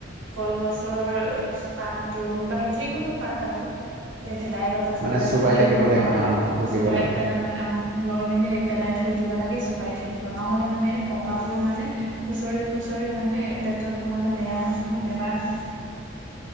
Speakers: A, on the right; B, on the right.
A: কলগছৰ পাত বোৰ বা যিকোনো পাত আৰু ভেদাইলতা চেদাইলতা
B: মানে চোবাই
A: সেইবোৰ
B: থাকিবলৈ
A: মানে
B: আহ দিব
A: চোবাই
B: লাগে।
A: পেলাই মানে অঁ লৈ মেলি পেলাই থৈ দিব লাগে চুবাই থাকিব নহলে মানে পকাবোৰ মানে খুচৰি খুচৰি মানে পেটত সোমালে বেয়া হয় ন বেমাৰ হয়
B: <inaudible>